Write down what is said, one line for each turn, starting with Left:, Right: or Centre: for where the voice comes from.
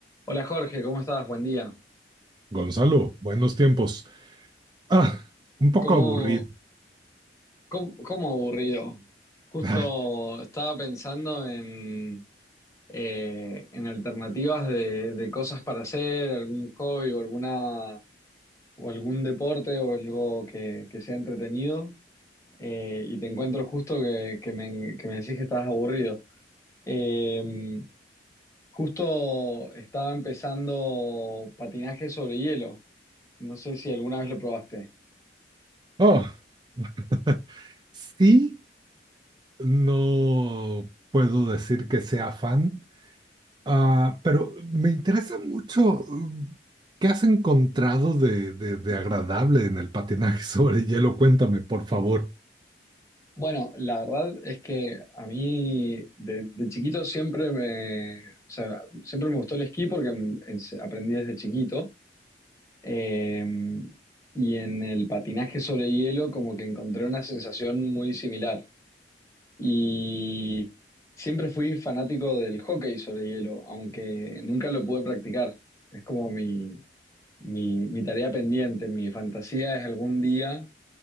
Left: Hola Jorge, ¿cómo estás? Buen día.
Right: Gonzalo, buenos tiempos. Ah, un poco
Left: ¿Cómo,
Right: aburrido.
Left: cómo, cómo aburrido? Justo
Right: Ah,
Left: estaba pensando en, eh, en alternativas de, de cosas para hacer, algún hobby o, alguna, o algún deporte o algo que, que sea entretenido eh, y te encuentro justo que, que me, que me decís que estás aburrido. Eh, justo estaba empezando patinaje sobre hielo. No sé si alguna vez lo probaste.
Right: oh, <laughs> sí, no puedo decir que sea fan, ah, pero me interesa mucho mm, qué has encontrado de, de- de agradable en el patinaje <laughs> sobre hielo. Cuéntame, por favor.
Left: Bueno, la verdad es que a mí de, de chiquito siempre me, o sea, siempre me gustó el esquí porque en- en- aprendí desde chiquito. Eh, y en el patinaje sobre hielo como que encontré una sensación muy similar. Y siempre fui fanático del hockey sobre hielo, aunque nunca lo pude practicar. Es como mi, mi, mi tarea pendiente, mi fantasía es algún día